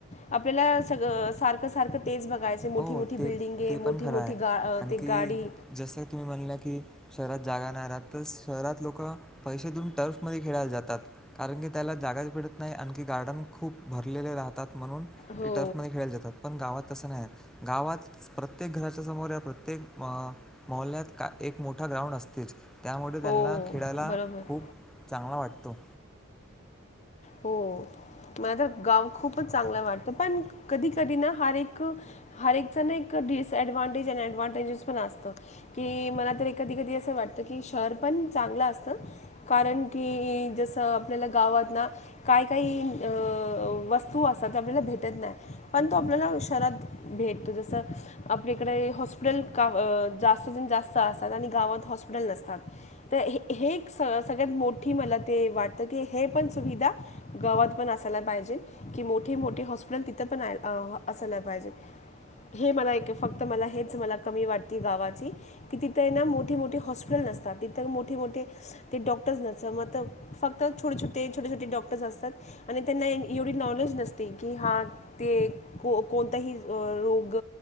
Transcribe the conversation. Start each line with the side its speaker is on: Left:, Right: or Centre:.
Left: आपल्याला सग सारखं -सारखं तेज बघायचं मोठी-मोठी
Centre: हो ते
Left: बिल्डिंगे,
Centre: ते
Left: मोठी-मोठी
Centre: पण खरं आहे
Left: गा
Centre: आणखी
Left: ते गाडी.
Centre: जसं तुम्ही म्हणला की शहरात जागा नाय राहत, तर शहरात लोकं पैसे देऊन टर्फमध्ये खेळायला जातात. कारण की त्याला जागाच भेटत नाही, आणखी गार्डन खूप भरलेले राहतात म्हणून
Left: हो
Centre: ते टर्फमध्ये खेळायला जातात, पण गावात तसं नाही गावात प्रत्येक घराच्या समोर, या प्रत्येक मअ मोहल्यात का एक मोठा ग्राउंड असतेच, त्यामुळे त्यांना
Left: हो
Centre: खेळायला
Left: बरोबर
Centre: खूप चांगला वाटतो.
Left: हो मला तर गाव खूपच चांगलं वाटतं, पण कधी कधी ना हर एक हर एकचा नाय का डिसएडव्हांटेज आणि एडव्हांटेजस पण असतो. की मला तर कधी-कधी असं वाटतं की, शहर पण चांगलं असतं. कारण की जस आपल्याला गावात ना. काय काही वस्तू असतात ते आपल्याला भेटत नाही पण तो आपल्याला शरात भेटतो जसं आपल्याकडे हॉस्पिटल जास्तात जास्त असतात आणि गावात हॉस्पिटल नसतात. तर हे हे एक स सगळ्यात मोठी मला ते वाटतं की हे पण सुविधा गावात पण असायला पाहिजे कि मोठे मोठे हॉस्पिटल तिथं पण असायला पाहिजे हे मला एक फक्त मला हेच मला कमी वाटते गावाची कि तिथं ना मोठे मोठे हॉस्पिटल नसतात तिथ मोठे मोठे ते डॉक्टर्स न म फक्त छोटे छोटे छोटे छोटे डॉक्टर्स असतात आणि त्यांना एवढी नॉलेज नसते की हा ते को कोणताही रोग